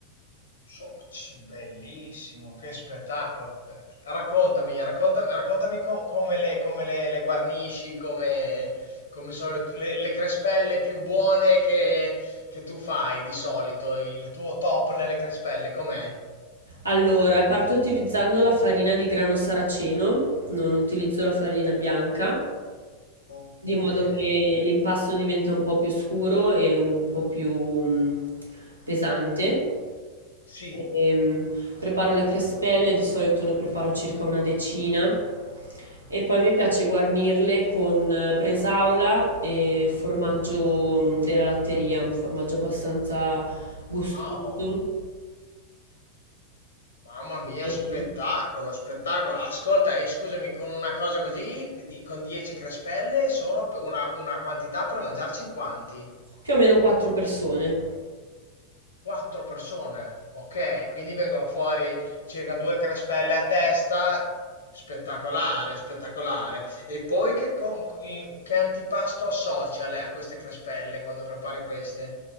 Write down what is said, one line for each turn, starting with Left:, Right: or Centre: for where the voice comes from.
Left: Soci, bellissimo, che spettacolo. Eh, Raccontami, raccontami, raccontami co- come le, come le- le guarnisci, come, come sono le, tu- le- le crespelle più buone che, che tu fai di solito, il tuo top nelle crespelle, com'è?
Right: Allora, parto utilizzando la farina di grano saraceno, non utilizzo la farina bianca,
Left: O-
Right: di
Left: Ok,
Right: modo che l'impasto diventa un po' più scuro e un po' più, mhmm, pesante.
Left: sì.
Right: Ehm, preparo le crespelle, di solito ne preparo circa una decina e poi mi piace guarnirle con eh, bresaola e formaggio, mhmm, della latteria, un formaggio abbastanza gustoso,
Left: Wow, mamma mia,
Right: ehm,
Left: spettacolo, spettacolo. Ascolta, e scusami, con una cosa così, di- con 10 crespelle, sono p- una, una quantità per mangiarci in quanti?
Right: più o meno 4 persone.
Left: Quattro persone, ok, quindi vengono fuori circa due crespelle a testa. Spettacolare, spettacolare. E poi che, con- in- che antipasto associa lei a queste crespelle quando prepari queste?